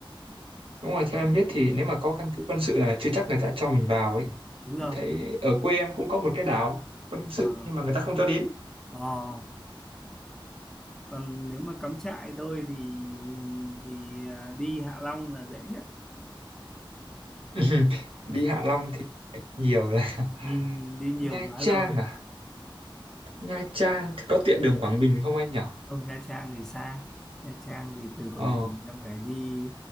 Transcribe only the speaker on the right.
Đúng rồi, theo em biết thì nếu mà có căn cứ quân sự là chưa chắc người ta cho mình vào ấy.
Em
thấy ở quê em cũng có một cái đảo quân sự
nhưng mà người ta không cho đến.
<laughs> Đi
Hạ Long thì nhiều rồi.
<laughs>
Nha
Trang
à? Nha Trang thì có tiện đường Quảng Bình không anh nhỉ?
Ờ,